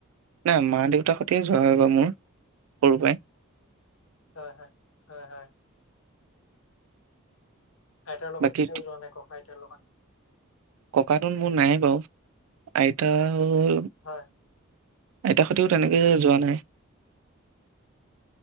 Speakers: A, on the right; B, on the left.
A: নাই। মা দেউতাৰ সৈতে যোৱা হয় ব মোৰ। সৰু পৰাই।
B: হয়, হয়, হয়, হয়। আইতাৰ লগত
A: বাকী
B: কেতিয়াও যোৱা নাই ককাই। তেওঁলোকে হয়।
A: ককাটোন মোৰ নাই এ বাৰু। আইতা,,,,,,, হল।
B: হয়।
A: আইতা সৈতেও তেনেকে যোৱা নাই।